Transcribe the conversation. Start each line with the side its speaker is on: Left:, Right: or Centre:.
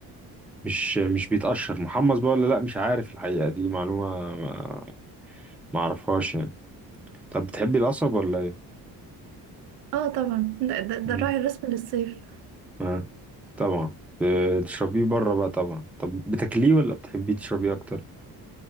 Centre: مش مش بيتقشر محمص بقى ولا لا مش عارف الحقيقة دي معلومة ما ما اعرفهاش يعني طب بتحبي القصب ولا ايه؟
Right: اه طبعا ده, ده, ده
Centre: مم.
Right: الراعي الرسمي للصيف
Centre: آه. طبعا آه، تشربيه بره بقى طبعا طب بتاكليه ولا بتحبيه تشربيه اكتر